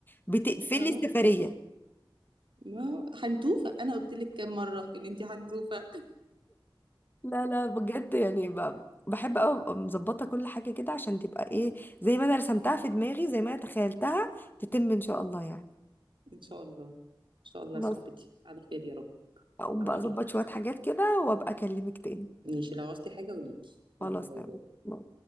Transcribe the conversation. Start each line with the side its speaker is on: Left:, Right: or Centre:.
Left: بتقفلي
Right: اه
Left: السفريه
Right: ما هو حنتوفة أنا قلت لك كام مرة إن أنتي حنتوفة
Left: لا لا بجد يعني ب- بحب قوي ابقى مظبطه كل حاجه كده عشان تبقى ايه زي ما انا رسمتها في دماغي زي ما انا تخيلتها تتم ان شاء الله يعني
Right: <laughs> إن شاء الله إن شاء الله
Left: خلاص
Right: يا صاحبتي على خير يا رب
Left: اقوم
Right: على
Left: بقى
Right: خير
Left: اظبط شويه حاجات كده وابقى اكلمك تاني
Right: ماشي لو عوزتي حاجة قوليلي يلا
Left: خلاص
Right: باي
Left: تمام
Right: باي